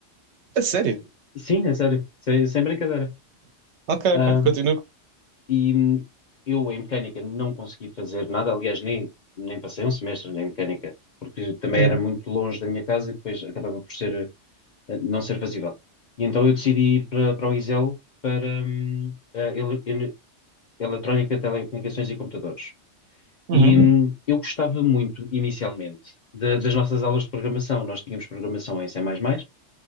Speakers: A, on the right; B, on the left.
A: A sério?
B: <laughs> Sim, é sério, sem, sem brincadeira.
A: Ok, ok.
B: Hum,
A: Continuo.
B: E hum, eu em mecânica não consegui fazer nada, aliás, nem, nem passei um semestre em mecânica, porque também
A: Uhum.
B: era muito longe da minha casa e depois acabava por ser, eh, não ser fazível. E então eu decidi ir para, para o ISEL para hum, a ele- ele- Eletrónica, Telecomunicações e Computadores.
A: Uhum.
B: E hum, eu gostava muito, inicialmente, da- das nossas aulas de programação. Nós tínhamos programação em C++, mais mais,